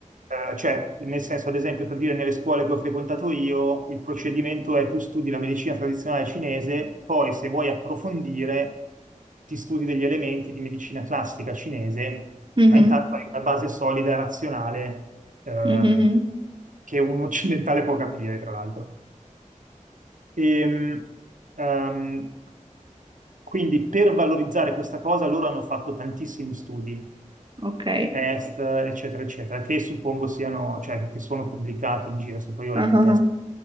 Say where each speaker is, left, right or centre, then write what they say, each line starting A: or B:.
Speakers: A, on the right (about 75°); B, on the right (about 35°).
A: Eh, cioè, nel senso, ad esempio, per dire nelle scuole che ho frequentato io, il procedimento è tu studi la medicina tradizionale cinese, poi se vuoi approfondire, ti studi degli elementi di medicina classica cinese,
B: Mhm.
A: ma intanto hai una base solida e razionale, ehm,
B: Mhm.
A: che un occidentale può capire, tra l'altro. Ehm, ehm, quindi per valorizzare questa cosa loro hanno fatto tantissimi studi,
B: Ok.
A: test, eccetera, eccetera, che suppongo siano, cioè che sono pubblicati in giro. So, poi ho
B: Ah
A: letto
B: ah
A: test
B: ah.